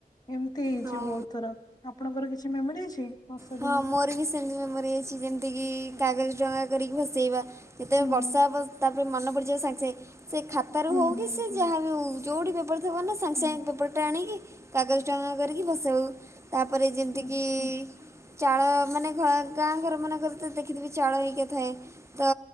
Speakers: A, on the left; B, on the right.
A: ଏମିତି ହେଇଚି
B: ହଁ
A: ବହୁତ୍ ଥର -ଆପଣଙ୍କର କିଛି ମେମୋରି ଅଛି? ବର୍ଷା
B: ହଁ
A: ଦିନ?
B: ମୋର ବି ସେମିତି ମେମୋରି ଅଛି ଯେମିତିକି କାଗଜ ଡଙ୍ଗା କରିକି ଭସେଇବା। ଯେତେବେଳେ
A: ହୁଁ।
B: ବର୍ଷା ହେବ ତାପରେ ମନ ପଡ଼ିଯିବ ସାଙ୍ଗେ ସାଙ୍ଗେ ସେ ଖାତାରୁ
A: ହୁଁ
B: ହଉ
A: ହୁଁ
B: କି ସେ
A: ହୁଁ
B: ଯାହା ବି ହଉ ଯଉଠି ପେପର୍ ଥିବ ନା ସାଙ୍ଗେ
A: ହୁଁ
B: ସାଙ୍ଗେ ପେପର୍ ଟା ଆଣିକି କାଗଜ ଟଙ୍କା କରିକି ଭସଉ। ତାପରେ ଯେମିତିକି
A: ଆଚ୍ଛା
B: ଚାଳ ମାନେ ଘ-ଗାଁ ଘର ମାନଙ୍କରେ ତ ଦେଖିଥିବେ ଚାଳ ହେରିକା ଥାଏ ତ